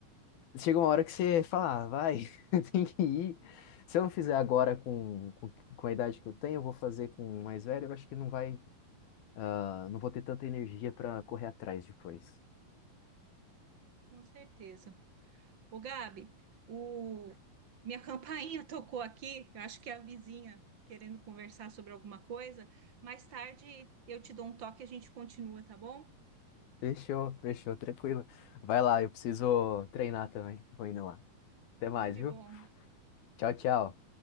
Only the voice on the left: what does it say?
Chega uma hora que você fala, ah, vai, <laughs> tem que ir. Se eu não fizer agora com, com, com a idade que eu tenho, eu vou fazer com o mais velho, eu acho que não vai, ah, não vou ter tanta energia para correr atrás depois.
Fechou, fechou, tranquilo. Vai lá, eu preciso treinar também. Vou indo lá. Até
mais,
viu?
Tchau, tchau.